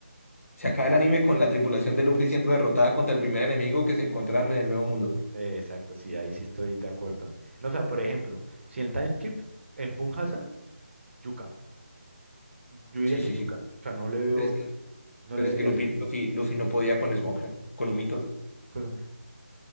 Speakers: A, on the left; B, on the right.
A: Se acaba el anime con la tripulación de Luffy siendo derrotada contra el primer enemigo que se encontraron en el Nuevo Mundo.
B: Eh, exacto, sí, ahí sí estoy de acuerdo. No, o sea, por ejemplo, si en el time skip, en Punk Hazard, Yuka. Yo diría
A: Sí,
B: que
A: sí,
B: Yuka.
A: sí.
B: O sea, no le veo,
A: Pero es que,
B: no
A: pero
B: le
A: es
B: vería
A: que Luffy,
B: sentido.
A: Luffy, Luffy no podía con Smoker, con Humitos.
B: Bueno,